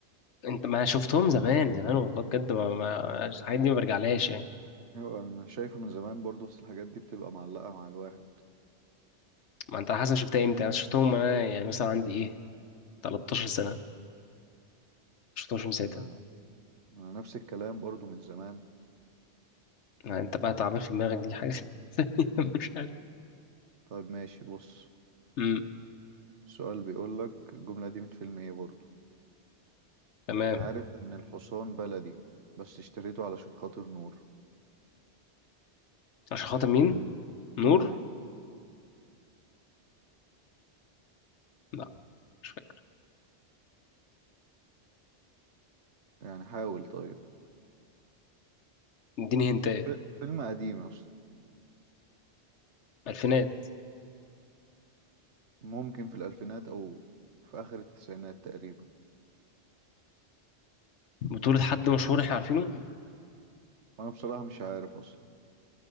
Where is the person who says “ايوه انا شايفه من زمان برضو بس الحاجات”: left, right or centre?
Right